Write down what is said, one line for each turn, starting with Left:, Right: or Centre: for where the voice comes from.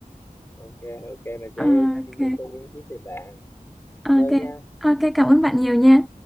Left: ok ok mình sẽ
Centre: Ok
Left: xin thêm thông tin ý kiến từ bạn
Centre: ok
Left: cảm ơn nha
Centre: ok cảm ơn bạn nhiều nha.